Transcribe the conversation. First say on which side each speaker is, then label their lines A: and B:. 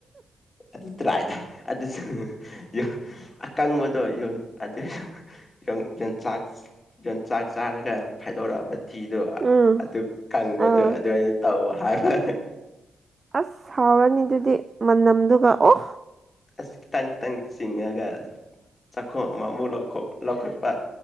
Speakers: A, on the left; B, on the right.
A: ꯑꯗꯨ ꯇ꯭ꯔꯥꯢ ꯊꯥ ꯑꯗꯨ ꯌꯣ ꯑꯀꯪꯕꯗꯣ ꯌꯣ ꯑꯗ ꯌꯣ ꯌꯟꯆꯥꯛ ꯆꯥꯛ ꯆꯥꯔꯒ ꯐꯥꯏꯗꯣꯔꯛꯑꯕꯊꯤꯗꯣ
B: ꯎꯝ
A: ꯑꯗꯨ ꯀꯪꯕꯗꯣ
B: ꯑꯥ
A: ꯑꯗꯨ ꯑꯩꯅ ꯇꯧꯋ ꯍꯥꯏ ꯐ
B: ꯑꯁ ꯍꯥꯎꯔꯅꯤ ꯑꯗꯨꯗꯤ ꯃꯅꯝꯗꯨꯒ ꯑꯣ
A: ꯑꯁ ꯈꯤꯇꯪ ꯈꯤꯇꯪꯗꯤ ꯆꯤꯡꯑꯒ ꯆꯈꯣ ꯑꯃ ꯑꯃꯨ ꯂꯧꯈꯣ ꯂꯈꯠꯄꯥ